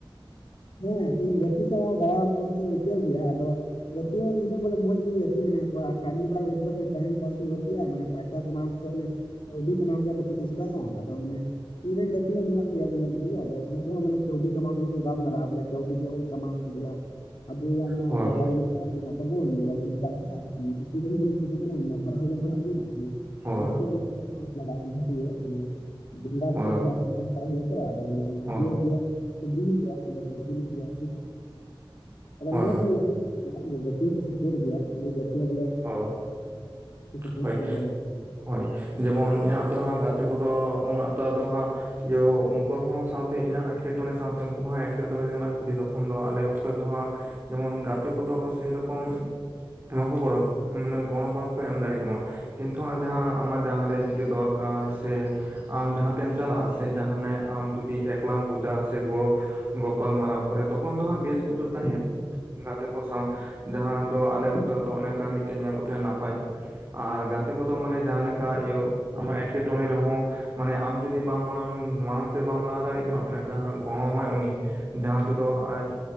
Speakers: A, on the left; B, on the right.
A: ᱦᱮᱸ ᱤᱧ ᱜᱟᱛᱮ ᱥᱟᱶ ᱫᱟᱬᱟ ᱢᱚᱸᱡᱽ ᱤᱧ ᱟᱹᱭᱠᱟᱹᱣ ᱜᱮᱭᱟ ᱟᱫᱚ, ᱜᱟᱛᱮ ᱦᱚᱸ ᱤᱧ ᱨᱮᱱ ᱵᱚᱞᱮ ᱢᱚᱸᱡᱽ ᱜᱮ ᱜᱟᱛᱮ ᱦᱚᱸ ᱤᱧ <unintelligible> ᱢᱮᱱᱟᱜ ᱠᱚᱣᱟ ᱠᱷᱟᱹᱞᱤ ᱵᱟᱨ ᱜᱟᱛᱮ ᱫᱚ ᱴᱟᱭᱤᱢ ᱯᱟᱥ ᱠᱚ ᱜᱟᱛᱮᱜᱼᱟ ᱢᱟᱱᱮ ᱯᱟᱭ, ᱥᱟ ᱠᱟᱢᱟᱣ ᱥᱮ ᱠᱟᱹᱣᱰᱤ ᱠᱟᱢᱟᱣ ᱥᱮᱫ ᱵᱟᱠᱚ ᱪᱮᱥᱴᱟᱭᱟ ᱟᱫᱚ ᱢᱟᱱᱮ, ᱤᱧᱨᱮ ᱨᱮᱱ ᱜᱟᱛᱮ ᱦᱚᱸ ᱢᱮᱱᱟᱜ ᱜᱮᱭᱟ ᱢᱚᱸᱡᱽᱜᱮ ᱟᱫᱚ ᱩᱱᱠᱩ ᱦᱚᱸ ᱢᱟᱱᱮ ᱠᱟᱹᱣᱰᱤ ᱠᱟᱢᱟᱣ <unintelligible> ᱠᱚ ᱜᱟᱞᱢᱟᱨᱟᱜᱼᱟ᱾ ᱚᱞᱮ ᱠᱟᱹᱣᱰᱤ ᱪᱮᱠᱟ ᱵᱚᱱ ᱠᱟᱢᱟᱣᱟ ᱵᱚᱞᱮ ᱟᱵᱚᱣᱟᱜ ᱢᱟ
B: ᱦᱳᱭ
A: ᱡᱟᱜᱟ ᱵᱟᱱᱩᱜ, ᱛᱟᱵᱚᱱ ᱫᱮᱞᱟᱵᱚᱱ ᱪᱟᱥᱟ ᱥᱴᱩᱰᱮᱱᱴ ᱵᱚᱱ ᱥᱴᱩᱰᱮᱱᱴ ᱠᱟᱱᱟ ᱯᱟᱲᱟᱦ ᱦᱚᱸ ᱵᱚᱱ ᱯᱟᱲᱦᱟᱜ ᱠᱟᱱᱟ ᱟᱨ,
B: ᱦᱳᱭ
A: ᱯᱨᱚᱛᱮᱠ ᱡᱤᱱᱤᱥ ᱜᱮ ᱪᱟᱥ ᱞᱟᱜᱟᱜᱼᱟ <unintelligible> <unintelligible> ᱵᱮᱸᱜᱟᱲ
B: ᱦᱳᱭ
A: ᱠᱚ ᱴᱟᱢᱟᱴᱚ ᱠᱚ ᱦᱩᱭᱩᱜ, <unintelligible> ᱟᱫᱚ ᱦᱟᱴᱤᱭᱟᱹ
B: ᱦᱳᱭ
A: ᱦᱟᱴᱤᱭᱟᱹ ᱠᱷᱤᱫᱤᱭᱟ <unintelligible> <unintelligible> ᱦᱩᱭᱩᱜᱼᱟ ᱟᱫᱚ
B: ᱦᱳᱭ
A: ᱢᱚᱡᱽ ᱜᱮ ᱜᱟᱹᱛᱤᱜ, <unintelligible> ᱜᱟᱛᱮ ᱠᱚ ᱥᱟᱯᱚᱴ ᱜᱮᱭᱟ ᱩᱱᱠᱩ ᱜᱟᱛᱮ ᱦᱚᱸ ᱵᱚᱞᱮ
B: ᱦᱳᱭ
A: ᱥᱟᱯᱚᱴᱮᱜ
B: ᱦᱳᱭ
A: ᱠᱟᱱ ᱜᱮᱭᱟ ᱱᱚᱣᱟ ᱠᱚ᱾
B: ᱦᱳᱭ ᱡᱮᱢᱚᱱ ᱤᱧᱟᱹᱜ ᱟᱸᱛᱩ ᱨᱮᱦ ᱜᱟᱛᱮ ᱠᱚᱫᱚ ᱩᱱᱟᱹᱜ ᱩᱛᱟᱹᱨ ᱫᱚ ᱦᱟᱸᱜ, ᱤᱭᱚ ᱩᱱᱠᱩ ᱦᱚᱸ ᱥᱟᱶᱛᱮ ᱤᱧᱟᱹᱜ ᱮᱴᱠᱮᱴᱚᱬᱮ ᱥᱟᱶᱛᱮ ᱩᱱᱠᱩ ᱠᱚᱦᱚᱸ ᱮᱴᱠᱮᱴᱚᱬᱮ ᱠᱟᱱᱟ ᱠᱷᱟᱹᱞᱤ ᱛᱚᱠᱷᱚᱱ ᱫᱚ ᱟᱞᱮ ᱚᱠᱛᱚ ᱫᱚ ᱦᱟᱸᱜ, ᱡᱮᱢᱚᱱ ᱜᱟᱛᱮ ᱠᱚᱫᱚ ᱥᱮᱨᱚᱠᱚᱢ ᱵᱟᱝᱠᱚ ᱜᱚᱲᱚ ᱢᱟᱱᱮ ᱜᱚᱲᱚ ᱵᱟᱝᱠᱚ ᱮᱢ ᱫᱟᱲᱮᱜ, ᱢᱟ ᱠᱤᱱᱛᱩ ᱦᱟᱸᱜ ᱡᱟᱦᱟᱸ ᱟᱢᱟᱜ ᱡᱟᱦᱟᱸᱨᱮ ᱡᱩᱫᱤ ᱫᱚᱨᱠᱟᱨ ᱥᱮ, ᱟᱢ ᱡᱟᱦᱟᱸᱛᱮᱢ ᱪᱟᱞᱟᱜᱼᱟ ᱥᱮ ᱡᱟᱦᱟᱸᱱᱟᱜ ᱟᱢ ᱡᱩᱫᱤ ᱮᱠᱞᱟᱢ ᱵᱩᱡᱟ ᱥᱮ ᱜᱚᱲᱚ, ᱜᱚᱯᱟᱞ ᱢᱟᱨᱟᱣ ᱠᱚᱨᱮ ᱛᱚᱠᱷᱚᱱ ᱫᱚᱦᱟᱸᱜ ᱵᱮᱥ ᱵᱩᱡᱟᱹᱜ ᱛᱟᱦᱮᱸᱫ᱾ ᱜᱟᱛᱮ ᱠᱚ ᱥᱟᱶ ᱡᱟᱦᱟᱸ ᱫᱚ ᱟᱞᱮ ᱚᱠᱛᱚ ᱨᱮᱫᱚ ᱚᱱᱮᱠᱟ ᱢᱤᱫᱴᱮᱱ ᱧᱮᱞᱚᱜ ᱛᱟᱦᱮᱸ ᱱᱟᱯᱟᱭ, ᱟᱨ ᱜᱟᱛᱮ ᱠᱚᱫᱚ ᱢᱟᱱᱮ ᱡᱟᱦᱟᱸ ᱞᱮᱠᱟ ᱤᱭᱟᱹ ᱟᱢᱟᱜ ᱮᱴᱠᱮᱴᱚᱬᱮ ᱨᱮᱦᱚᱸ, ᱢᱟᱱᱮ ᱟᱢ ᱡᱩᱫᱤ ᱵᱟᱢ ᱢᱟᱲᱟᱝ ᱢᱟᱲᱟᱝ ᱥᱮᱫ ᱵᱟᱢ ᱞᱟᱦᱟ ᱫᱟᱲᱮᱭᱟᱜ ᱠᱟᱱᱟ ᱚᱱᱮ ᱚᱱᱠᱟ ᱜᱚᱲᱚ ᱟᱢᱟᱭ ᱩᱱᱤ ᱡᱟᱦᱟᱸ ᱛᱮᱫᱚ ᱟᱡ